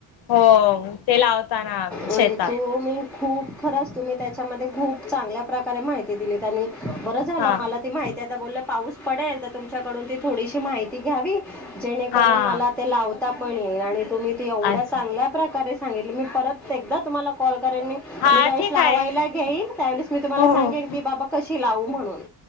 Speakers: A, on the left; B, in the centre.
A: हो ते लावताना आम्ही
B: वणि
A: शेतात
B: तू अ मी <unintelligible> खूप खरंच तुम्ही. त्याच्यामध्ये खूप चांगल्या माहिती दिलीत आणि बरं झालं
A: हा
B: मला ती माहित्यात. आ बोललं पाऊस पडेल तर तुमच्याकडून ती थोडीशी माहिती घ्यावी, जेणेकरून
A: हा
B: मला ते लावूत त्या पण येईल आणि तुम्ही ती एवढ्या
A: अच्छा
B: चांगल्या प्रकारे सांगितली मी परत एकदा तुम्हाला कॉल करेन
A: हा
B: मी ज्या वेळेस
A: ठीक
B: लावायला
A: आहे
B: घेईन त्यावेळेस तूला
A: हो
B: सांगेन
A: हो
B: की बाबा कशी लावू म्हणून.